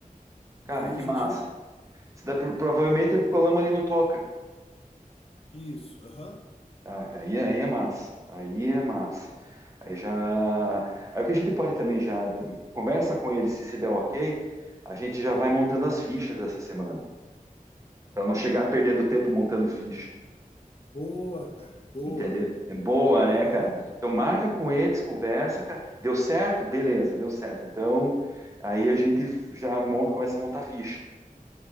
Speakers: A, on the right; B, on the left.
A: Cara,
B: Daí
A: que
B: a gente.
A: massa. Se dá, pro- provavelmente colamos ali no Toca.
B: Isso, aham.
A: Ah, cara, aí, é, aí é massa. Aí é massa. Aí já. Aí o que a gente pode também já. Conversa com ele se se der ok. A gente já vai montando as fichas dessa semana. Para não chegar perdendo tempo montando ficha.
B: Boa, cara, boa.
A: Entendeu? É boa,
B: Aham.
A: né, cara? Então marca com eles, conversa, cara. Deu certo? Beleza, deu certo. Então aí a gente já monta, começa a montar a ficha.